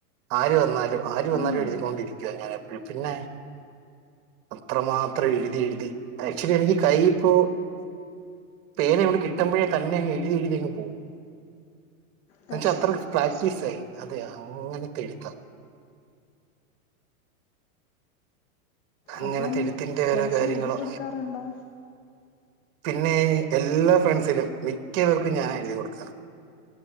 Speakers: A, on the right; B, on the left.
A: ആര് വന്നാലും ആര് വന്നാലും
B: ആന്ന്
A: എഴുതികൊണ്ടിരിക്കുവ പിന്നെ അത്രമാത്രം എഴുതി എഴുതി ആക്ച്വലി എനിക്ക് കൈയിപ്പോ പേനവിടെ കിട്ടുമ്പോഴേ കണ്ണങ് എഴതിഴുതിയങ് പോവും. ന്നാചാ
B: കഷ്ടം
A: അത്രക് പ്രാക്റ്റീസയി അതെ അങ്ങനെത്തെ എഴുത്താ. അങ്ങനത്തെ
B: അപ്പം
A: എഴുത്തിന്റെ
B: ഫ്രണ്ട്സിന്
A: ഓരോ കാര്യങ്ങളോ
B: എഴുതി കൊടുക്കാറുണ്ടോ?
A: പിന്നെ എല്ലാ ഫ്രണ്ട്സിലും മിക്ക പേർക്കും ഞാൻ എഴുതി കൊടുക്കാറ്.